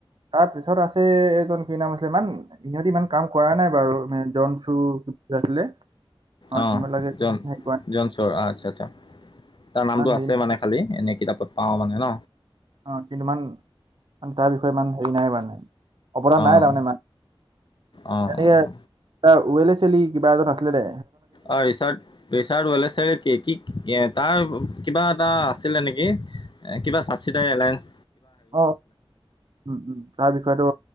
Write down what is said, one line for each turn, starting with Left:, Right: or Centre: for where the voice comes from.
Right: তাৰপিছত আছে। এজন কি নাম আছিলে, ইমান ইহঁতি ইমান কাম কৰা নাই বাৰু। মে জন চু, কি কি আছিলে?
Left: অ',
Right: সিমানলৈকে
Left: জন,
Right: হেৰি কৰা নাই
Left: জন, চৰ আচ্ছা আচ্ছা। তাৰ নামটো
Right: ইমান হেৰি
Left: আছে মানে খালি এনে ত পাওঁ মানে ন
Right: অ', কিন্তু ইমান মান তাৰ বিষয়ে ইমান হেৰি নাই মানে অৱদান
Left: অঁ,
Right: নাই তাৰমানে, ইমান
Left: অঁ,
Right: তেনেকে এটা ওৱেল এ চেলি কিবা এজন আছিলে নে?
Left: অ', ৰিচাৰ্ ৰিচাৰ্ডাল চ কি কি তাৰ কিবা এটা আছিলে নেকি? কিবা ছাবচিডাৰী এলায়েস
Right: আহ, উম তাৰ বিষয়েতো